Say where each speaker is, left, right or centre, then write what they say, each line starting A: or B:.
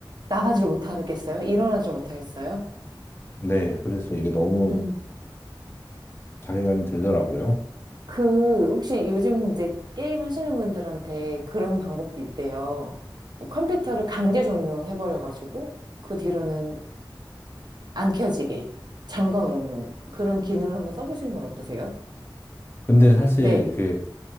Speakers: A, on the right; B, on the left.
A: 나가질 못하겠어요? 일어나질 못하겠어요?
B: 네, 그래서 이게 너무
A: 음.
B: 자괴감이 들더라고요.
A: 그, 혹시 요즘 이제 게임 하시는 분들한테 그런 방법도 있대요. 뭐 컴퓨터를 강제 종료해버려가지고, 그 뒤로는 안 켜지게 잠궈 놓는 그런 기능을 한번 써보시는 건 어떠세요?
B: 근데 사실
A: 네,
B: 이게